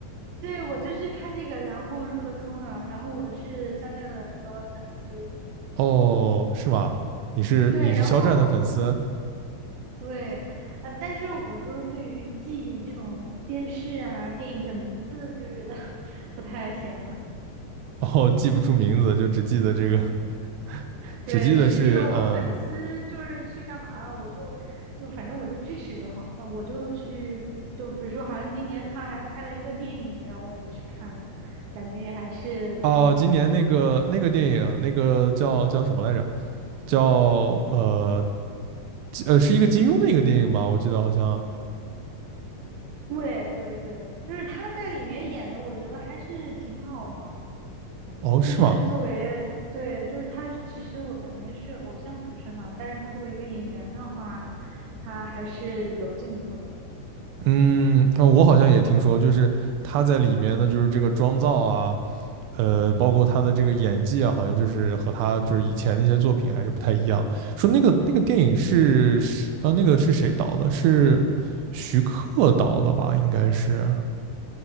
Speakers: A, on the right (about 70°); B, on the right (about 80°).
A: 对我就是看这个，然后入的坑啊，然后我是肖战的一个粉丝，
B: 哦，是吗？你是你是肖战的粉丝？
A: 对，然后对，呃，但是我就是对于记这种电视啊、电影的名字就是 <laughs> 不太行。
B: 哦，记不住名字，就只记得这个，<laughs>
A: 对，
B: 只记得是嗯。
A: 只记得我粉丝就是去干嘛了，我就就反正我就支持就好了，我就去就比如说，好像今年他还拍了一个电影，然后我也去看，感觉也还是就是挺有进步的。
B: 哦，今年那个那个电影，那个叫叫什么来着？叫呃呃是一个金庸的一个电影吧，
A: 嗯，
B: 我记得好像
A: 对对对，就是他在里面演的，我觉得还是挺好的。
B: 哦是吗？
A: 就是作为对，就是他其实我感觉是偶像出身的，但是他作为一个演员的话，他还是有进步的。
B: 嗯，呃我好像也听说，就是他在里面呢，就是这个妆造啊，呃，包括他的这个演技啊，好像就是和他就是以前那些作品还是不太一样。说那个那个电影是是呃那个是谁导的？是徐克导的吧？应该是，